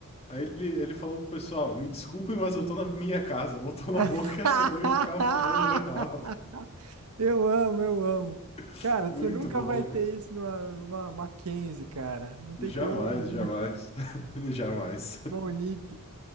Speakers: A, on the left; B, on the right.
A: aí ele, ele falou pro pessoal, me desculpem, mas eu tô na minha casa. <laughs> Botou na boca,
B: <laughs>
A: acendeu e ficava fumando no meio da aula.
B: Eu amo, eu amo.
A: <laughs>
B: Cara,
A: Muito
B: você nunca
A: bom,
B: vai ter isso numa, numa Mackenzie, cara. Não tem
A: Jamais,
B: como.
A: jamais. <laughs> Jamais.
B: Uma Unip.